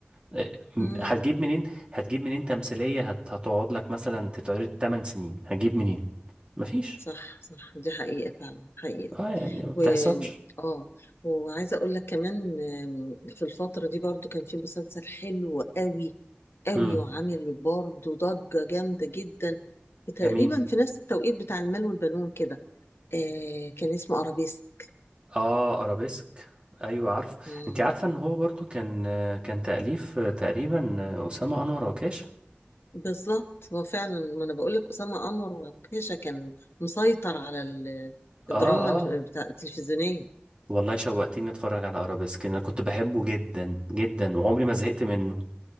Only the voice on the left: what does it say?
امم
صح صح دي حقيقة فعلا حقيقة
و اه وعايزة اقول لك كمان آم، في الفترة دي برضو كان في مسلسل حلو قوي قوي
وعامل برضو ضجة جامدة جدا تقريبا
في نفس التوقيت بتاع المال والبنون كده آه كان اسمه ارابيسك
مم.
بالظبط هو فعلا ما انا بقول لك اسامة انور وكيشة كان مسيطر على ال- الدراما
الف-
بتاع التلفزيونية